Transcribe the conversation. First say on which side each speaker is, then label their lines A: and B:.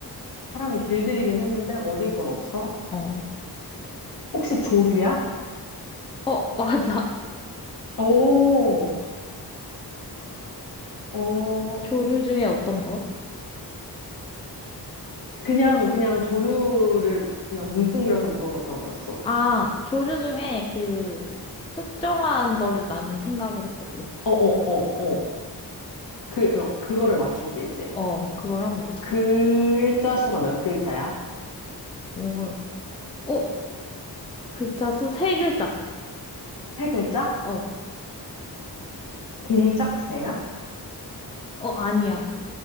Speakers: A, on the left; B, on the left.
A: 사람이 길들이긴 했는데 얻을 건 없어?
B: 어.
A: 혹시 조류야?
B: 어, 맞아.
A: 오, 어,
B: 조류 중에 어떤 거?
A: 그냥, 그냥 조류를 그냥 뭉뚱그려서 물어봤던 거였어.
B: 아, 조류 중에 그 특정한 거를 나는 생각을 했거든.
A: 어, 어, 어, 어. 그, 어, 그거를 맞출게, 이제.
B: 어, 그걸 한번 맞춰봐.
A: 글자 수가 몇 글자야?
B: 오, 어, 글자 수 세 글자.
A: 세 글자?
B: 어,
A: 공작새야?
B: 어, 아니야.